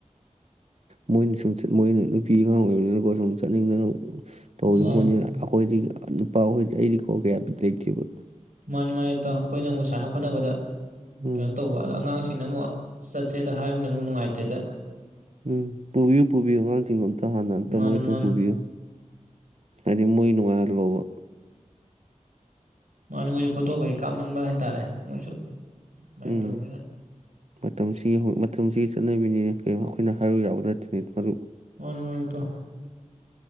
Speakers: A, on the right; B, on the right.
A: ꯃꯣꯏꯅ ꯁꯨꯝꯠ ꯃꯣꯏꯅ ꯅꯨꯄꯤ ꯑꯉꯥꯡ ꯑꯣꯏꯕꯅꯤꯅꯀꯣ ꯁꯨꯝ ꯆꯠꯅꯤꯡꯗꯅ ꯇꯧꯔꯤꯕ
B: ꯃꯥꯅꯤ
A: ꯄꯣꯠꯅꯤꯅ ꯑꯩꯈꯣꯏꯗꯤ ꯅꯨꯄꯥꯍꯣꯏꯗꯤ ꯑꯩꯗꯤ ꯀꯣ ꯀꯌꯥꯐꯤ ꯂꯩꯇꯦꯕ
B: ꯅꯨꯡꯉꯥꯏ ꯑꯩꯈꯣꯏꯅ ꯑꯃꯨꯛ ꯁꯥꯟ ꯈꯣꯠꯅꯕꯗ
A: ꯎꯝ
B: ꯀꯩꯅꯣ ꯇꯧꯕ ꯑꯗꯣ ꯑꯉꯥꯡꯁꯤꯡ ꯑꯩꯅ ꯑꯃꯨꯛ ꯆꯠꯁꯦꯗ ꯍꯥꯏꯕꯅꯤꯅ ꯑꯃꯨꯛ ꯅꯨꯡꯉꯥꯏꯇꯦꯗ
A: ꯎꯝ ꯄꯨꯕꯤꯌꯨ ꯄꯨꯕꯤꯌꯨ ꯑꯉꯥꯡꯁꯤꯡꯗꯣ ꯑꯝꯇ ꯍꯥꯟꯅ ꯑꯝꯇ
B: ꯃꯥꯅꯤ
A: ꯃꯣꯏ ꯑꯇꯪ
B: ꯃꯥꯅꯤ
A: ꯄꯨꯕꯤꯌꯨ ꯍꯥꯏꯗꯤ ꯃꯣꯏ ꯅꯨꯡꯉꯥꯏꯍꯜꯂꯕ
B: ꯃꯥꯅꯤ ꯃꯣꯏꯁꯨ ꯐꯣꯇꯣ ꯀꯩ ꯀꯥꯞꯅꯤꯡꯕ ꯍꯥꯏꯇꯥꯥꯔꯦ ꯃꯣꯏꯁꯨ ꯑꯗꯨꯃꯥꯏꯅ
A: ꯎꯝ
B: ꯇꯧꯕꯅꯤꯅ
A: ꯃꯇꯝꯁꯤꯒꯤ ꯃꯇꯝꯁꯤꯒꯤ ꯆꯠꯅꯕꯤꯅꯤꯅꯦ ꯀꯩꯣ ꯃꯈꯣꯏꯅ ꯍꯥꯏꯔꯨ ꯌꯥꯕ ꯅꯠꯇ꯭ꯔꯅꯤ ꯃꯔꯨꯞ
B: ꯋꯥꯅ ꯋꯥꯅꯤ ꯇ